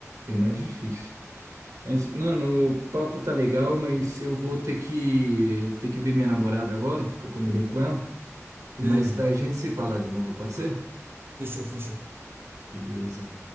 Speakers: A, on the right; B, on the right.
A: bem mais difícil. Mas, mano, o papo tá legal, mas eu vou ter que ter que ver minha namorada agora, que eu combinei com ela. E
B: Beleza,
A: mais tarde a gente se fala de novo, pode ser?
B: fechou, fechou.
A: Beleza.